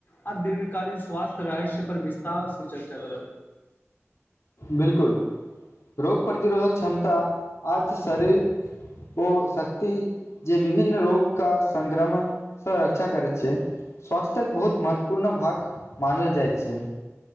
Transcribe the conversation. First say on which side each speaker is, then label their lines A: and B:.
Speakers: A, on the left; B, on the left.
A: आ दीर्घकालीन स्वास्थ्य रहस्य पर विस्तार से चर्चा करब
B: बिलकुल रोग प्रतिरोधक क्षमता आर्थ शारीरिक ओ शक्ति जे विभिन्न रोग क संक्रमण सँ रक्षा करैत छै स्वास्थ्यक बहुत महत्वपूर्ण भाग मानल जाइत छै